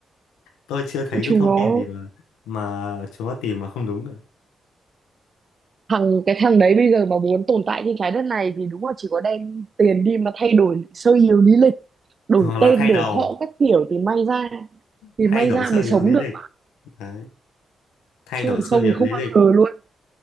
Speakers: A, on the left; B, on the right.
A: tôi chưa thấy
B: chúng
A: cái thông
B: nó
A: tin gì mà mà chúng nó tìm mà không đúng cả
B: thằng cái thằng đấy bây giờ mà muốn tồn tại trên trái đất này thì đúng là chỉ có đem tiền đi mà thay đổi sơ yếu lý lịch đổi
A: <laughs> hoặc là
B: tên
A: thay
B: đổi
A: đầu
B: họ các kiểu thì may ra thì
A: thay
B: may
A: đổi
B: ra
A: sơ
B: mới
A: yếu
B: sống
A: lý
B: được
A: lịch đấy thay
B: chứ
A: đổi
B: còn
A: sơ
B: không
A: yếu
B: thì không
A: lý
B: bao
A: lịch
B: giờ luôn